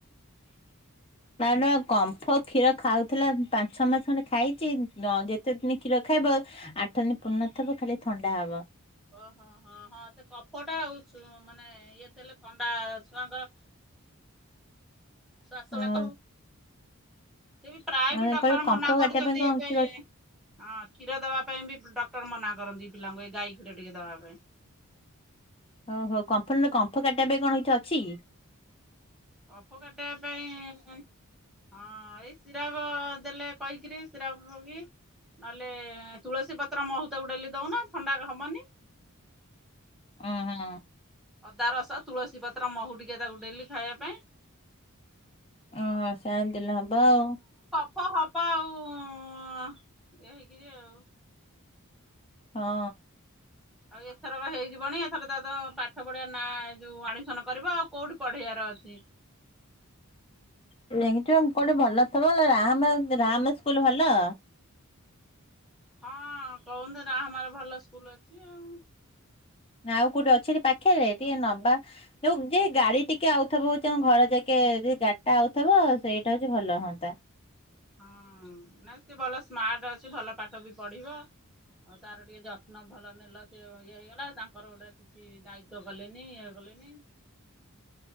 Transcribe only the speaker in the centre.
ଓ, ହଁ, ହଁ, ହଁ ସେ କଫଟା ଆଉ। ସୁ ମାନେ ଇଏ ତେଲ ଥଣ୍ଡା ଛୁଆଙ୍କର। ଶ୍ବାସନେ
କହୁ। ସିଏ ବି ପ୍ରାୟ
ବି ଡକ୍ଟର
ମନା
କରିଛନ୍ତି
ଏବେ
ହଁ
କ୍ଷୀର ଦବା ପାଇଁ ବି ଡକ୍ଟର ମନା କରନ୍ତି ପିଲାଙ୍କୁ ଏ ଗାଈ କ୍ଷୀର ଟିକେ ଦବା ପାଇଁ।
କଫ କାଟିବା ପାଇଁ ହଁ ଏଇ ସିରାପ ଦେଲେ କହିକିରି ସିରାପ ବି ନହେଲେ ତୁଳସୀ ପତ୍ର ମହୁ ତାକୁ ଡେଲି ଦଉନ ଥଣ୍ଡା ହବନି।
ଅଦା ରସ, ତୁଳସୀ ପତ୍ର, ମହୁ ଟିକେ ତାକୁ ଡେଲି ଖାଇବା ପାଇଁ
ହଁ ହବ ଆଉ ଅଁ ଇଏ ହେଇକିରି ଆଉ।
ଆଉ ଏଥରକ ହେଇଯିବଣି ଏଥର ତା ତ ପାଠ ପଢିଆ ନା ଯୋଉ ଆଡମିସନ କରିବ ଆଉ କୋଉଠି ପଢେଇବାର ଅଛି?
ହଁ କହୁନ୍ତୁ ରାହାମାରେ ଭଲ ସ୍କୁଲ ଅଛି ଆଉ।
ହଁ ନାଇଁ ସେ ଭଲ ସ୍ମାର୍ଟ ଅଛି। ଭଲ ପାଠ ବି ପଢିବ। ଆଉ ତାର ଟିକେ ଯତ୍ନ ଭଲ ନେଲ ସେ ଇଏ ହେଇଗଲା ତାଙ୍କର ଗୋଟେ କିଛି ଦାୟିତ୍ଵ କଲେନି ଇଏ କଲେନି